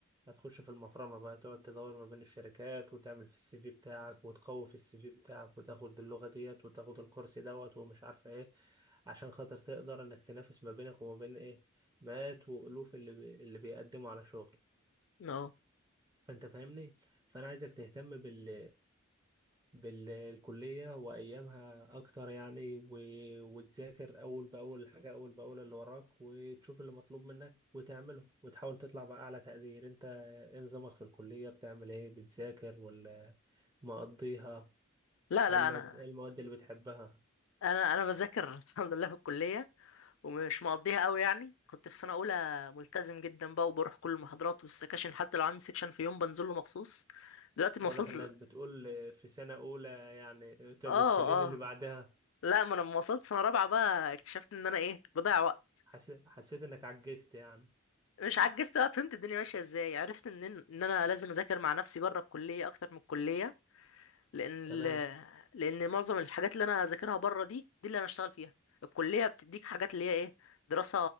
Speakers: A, on the right (about 20°); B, on the left (about 75°).
A: هتخش في المفرمه بقى تقعد تدور ما بين الشركات وتعمل في السي في بتاعك وتقوي في السي في بتاعك وتاخد اللغه ديت وتاخد الكورس دوت ومش عارفه ايه عشان خاطر تقدر انك تنافس ما بينك وما بين ايه مئات والوف اللي بي... اللي بيقدموا على شغل
B: اه
A: فانت فاهمني فانا عايزك تهتم بال بالكلية وأيامها أكتر يعني و... وتذاكر أول بأول الحاجة أول بأول اللي وراك وتشوف اللي مطلوب منك وتعمله وتحاول تطلع بأعلى تقدير أنت إيه نظامك في الكلية بتعمل إيه بتذاكر ولا مقضيها
B: لا لا
A: إيه المد...
B: انا
A: إيه المواد اللي بتحبها
B: انا انا بذاكر <laughs> الحمد لله في الكلية ومش مقضيها قوي يعني كنت في سنة اولى ملتزم جدا بقى وبروح كل المحاضرات والسكاشن حتى لو عندي سكشن في يوم بنزله مخصوص دلوقتي ما
A: واضح
B: وصلت
A: إنك بتقول في سنة أولى يعني طب
B: اه
A: والسنين اللي
B: اه
A: بعدها
B: لا ما انا لما وصلت سنة رابعة بقى اكتشفت ان انا ايه بضيع وقت
A: حس... حسيت إنك عجزت يعني
B: مش عجزت بقى فهمت الدنيا ماشيه ازاي عرفت ان ان انا لازم اذاكر مع نفسي بره الكليه اكتر من الكليه لان
A: تمام
B: ال... لان معظم الحاجات اللي انا هذاكرها بره دي دي اللي انا هشتغل فيها الكليه بتديك حاجات اللي هي ايه دراسه